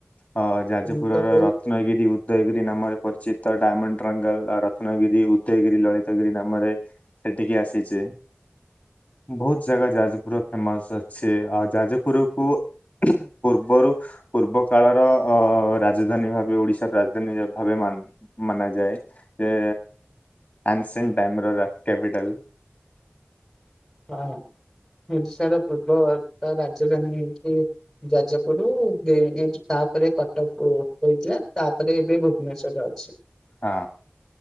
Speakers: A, on the left; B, in the centre.
A: ଆ ଯାଜପୁରର
B: ତମେ ତ ବହୁତ
A: ରତ୍ନଗିରି ଉଦୟଗିରି। ନାମରେ ପରିଚିତ ଡାଇମଣ୍ଡ ଟଙ୍ଗଲ ରତ୍ନଗିରି ଉଦୟଗିରି ଲଳିତଗିରି ନାମରେ ସେଠିକି ଆସିଛି। ବହୁତ ଜାଗା ଯାଜପୁର ଫେମସ ଅଛି, ଆଉ ଯାଜପୁର କୁ। ପୂର୍ବରୁ ପୂର୍ବ କାଳର ଅ ରାଜଧାନୀ ଭାବେ ଓଡିଶାର ରାଜଧାନୀ ଭାବେ ମାନା ଯାଏ ସେ ଆନ୍ସଣ୍ଟମିରର କ୍ୟାପିଟାଲ୍।
B: ହଁ ଓଡିଶାର ପୂର୍ବବର୍ତ୍ତ ରାଜଧାନୀ ଯେକି। ଯାଜପୁର <unintelligible> ତାପରେ କଟକ ହୋଇଥିଲା। ତାପରେ ଏବେ ଭୁବନେଶ୍ଵରରେ ଅଛି।
A: ହଁ